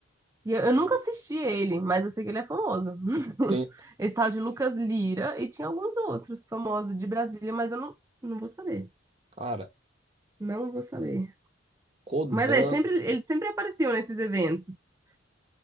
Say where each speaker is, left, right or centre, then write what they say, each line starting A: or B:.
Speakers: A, on the right; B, on the right.
A: E eu, eu nunca assisti ele, mas eu sei que ele é famoso. <laughs>
B: Tem,
A: Esse tal de Lucas Lira e tinha alguns outros famosos de Brasília, mas eu não, não vou saber.
B: cara,
A: Não vou saber.
B: Kodan.
A: Mas é, sempre, ele sempre apareciam nesses eventos.